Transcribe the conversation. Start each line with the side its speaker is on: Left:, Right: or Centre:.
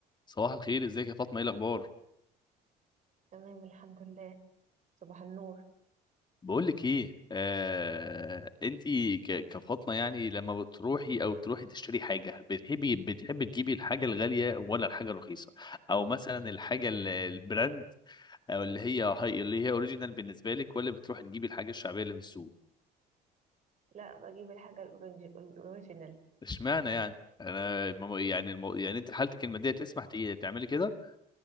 Left: صباح الخير ازيك يا فاطمه ايه الاخبار
Right: تمام الحمد لله صباح النور
Left: بقول لك ايه آه... انتي ك... كفاطمه يعني لما بتروحي او تروحي تشتري حاجه بتحبي بتحبي تجيبي الحاجه الغاليه ولا الحاجه الرخيصه او مثلا الحاجه ال- البراند او اللي هي هاي اللي هي اوريجينال بالنسبه لك ولا بتروحي تجيبي الحاجه الشعبيه اللي في السوق
Right: لا بجيب الحاجة الأورنج الأوريجينال
Left: اشمعنى يعني انا مم- يعني المو... يعني انت حالتك الماديه تسمح تي- تعملي كده